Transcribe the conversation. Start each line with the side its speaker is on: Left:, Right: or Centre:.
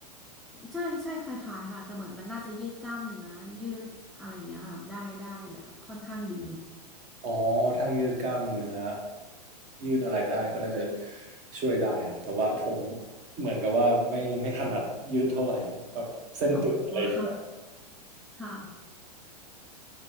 Centre: ใช่ใช่คล้ายๆค่ะแต่เหมือนมันน่าจะยืดกล้ามเนื้อยืดอะไรอย่างเงี้ยค่ะได้ได้แบบค่อนข้างดี
Right: อ๋อถ้ายืดกล้ามเนื้อยืดอะไรได้ก็น่าจะช่วยได้ครับแต่ว่าผมเหมือนกับว่าไม่ไม่ถนัดยืดเท่าไหร่แบบเส้นตึงอะไรอย่างเงี้ย
Centre: อ๋อค่ะค่ะ